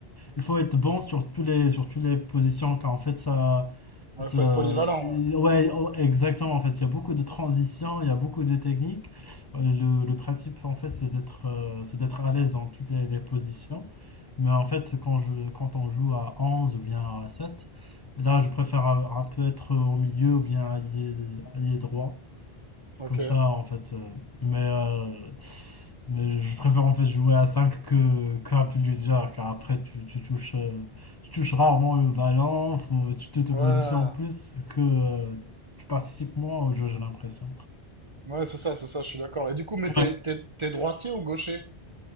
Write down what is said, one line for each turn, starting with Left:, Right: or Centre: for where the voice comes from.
Left: il faut être bon sur tous les, sur toutes les positions, car en fait, ça,
Right: Ouais,
Left: C'est,
Right: faut
Left: euh,
Right: être polyvalent.
Left: y-
Right: ouais.
Left: ouais, oh, exactement. En fait, il y a beaucoup de transitions, il y a beaucoup de techniques. Euh, Le, le principe, en fait, c'est d'être euh, c'est d'être à l'aise dans toutes les, les positions. Mais en fait, quand je, quand on joue à 11 ou bien à 7 là, je préfère un, un peu être au milieu ou bien allié, allié droit.
Right: Ok.
Left: Comme ça, en fait. euh, mais euh, mais je préfère en fait jouer à 5 que, que à plus légère, car après tu, tu touches, euh, tu touches rarement le ballon, faut, tu te, te
Right: Ouais.
Left: positionnes plus que euh, tu participes moins au jeu, j'ai l'impression.
Right: Ouais, c'est ça, c'est ça, je suis d'accord. Et du coup, mais t'es,
Left: Ouais,
Right: t'es, t'es droitier ou gaucher?